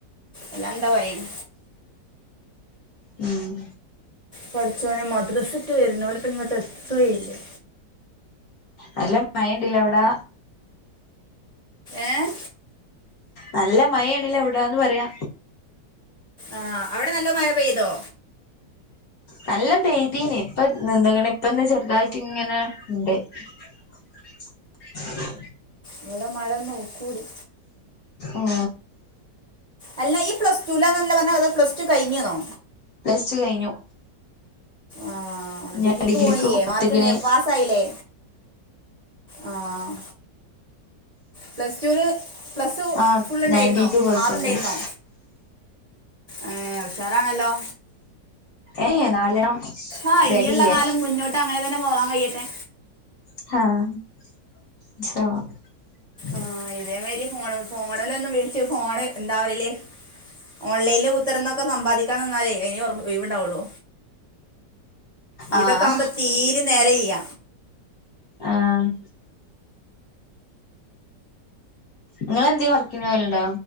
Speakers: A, on the right; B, on the left.
A: അല്ലാന്താ പറയണ്
B: ഉം
A: പടച്ചോനെ മദ്രസ്സിട്ട് വരുണോല് പ്പ ങ്ങട്ട് എത്തുല്ലേ
B: നല്ല മയണ്ട്ല്ലേ അവിടെ
A: ഏഹ്
B: നല്ല മഴേണില്ലേ അവിടാന്ന് പറയാ
A: ആഹ് അവിടെ നല്ല മയ പെയ്തോ
B: നല്ല പെയ്തീനി ഇപ്പ നിന്ന്ണ് ഇപ്പം ദ്ദേ ചെറുതായിട്ടിങ്ങനെ ഇണ്ട് <inaudible>
A: ഇവടെ മഴ നോക്കൂടി.
B: ഉം
A: അല്ല ഇയ് പ്ലസ്ടുലാന്നല്ല പറഞ്ഞ അതോ പ്ലസ് ടു കയിഞ്ഞ്ന്നോ
B: പ്ലസ് ടു കഴിഞ്ഞു
A: ആഹ്
B: ഞാൻ
A: ഡിഗ്രിക്ക് പോണില്ലേ
B: കൊടുത്ത്ക്ക്ണ്
A: മാർക്ക് ഇണ്ട് പാസ്സായില്ലേ? ആഹ് പ്ലസ് ടുന് പ്ലസ്
B: ആഹ്
A: ഫുള്ളുണ്ടായിരുന്നോ
B: നയന്റി ടു പെർസെന്റേജ്
A: ആറ്ണ്ടായിരുന്നോ ഏഹ് ഉഷാറാണല്ലോ
B: ഏഹ് നാലെണ്ണം
A: ആഹ്
B: റെഡിയെ
A: ഇനിയുള്ള കാലം മുന്നോട്ട് അങ്ങനെ തന്നെ പോവാൻ കയ്യട്ടെ
B: ആഹ് <unintelligible>
A: ആഹ് ഇതേമാരി ഫോണ് ഫോണിലൊന്നും വിളിച്ചു ഫോണ് എന്താ പറയല് ഓൺലൈൽ കുത്തർന്നൊക്കെ സമ്പാദിക്കാ നിന്നാലേ അയിനെ ഒഴിവുണ്ടാവൊള്ളൂ
B: ആഹ്
A: ഇതൊക്കെ ആകുമ്പോ തീരെ നേരയ്യ
B: ആഹ് ങ്ങളെന്തേം വർക്കിന് പോവൽണ്ടോ